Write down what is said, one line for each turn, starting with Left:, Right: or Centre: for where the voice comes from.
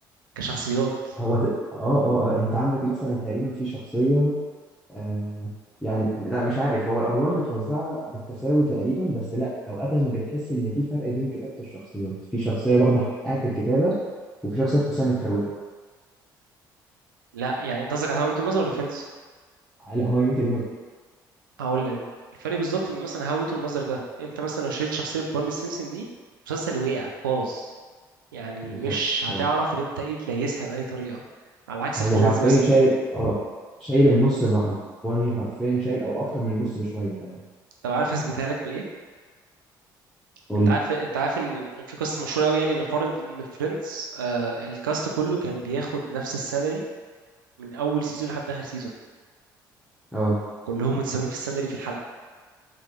Right: كشخصيات
Centre: هو ت... آه, آه آه أنت عندك مثلا تقريبا في شخصية آه يعني لا مش عارف هو الأدوار متوزعة بالتساوي تقريبا بس لا أوقات بتحس إن في فرق بين كتابة الشخصيات في شخصية واخدة حقها في الكتابة وفي شخصية تحسها متكروتة
Right: لا يعني انت قصدك على هاو ميت الماذر ولا فريندز
Centre: لا هواي ميت
Right: هقول لك الفرق بالظبط ان مثلا هاو ميت الماذر ده انت مثلا لو شلت شخصيه بارني سينسن دي مسلسل وقع باظ يعني
Centre: بالظبط
Right: مش هتعرف
Centre: اه
Right: ان انت ايه تليسها باي طريقه على عكس
Centre: هو
Right: فريندز
Centre: حرفيا
Right: مثلا
Centre: شايل اه شايل النص لوحده بارني حرفيا شايل او اكتر من النص بشويه كمان
Right: طب عارف هثبتها لك بايه
Centre: قول
Right: انت
Centre: لي
Right: عارف انت عارف ان يعني في قصه مشهوره قوي يعني ان حوار ان إن فريندز آه الكاست كله كان بياخد نفس السالري من اول سيزون لحد اخر سيزون
Centre: اه
Right: كلهم متساويين في السالري في الحلقه